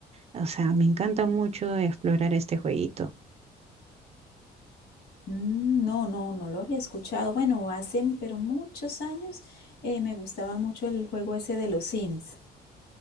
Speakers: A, on the right; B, on the left.
A: O sea, me encanta mucho explorar este jueguito.
B: Mm, no, no, no lo había escuchado, bueno, hace, pero muchos años eh, me gustaba mucho el juego ese de los Sims,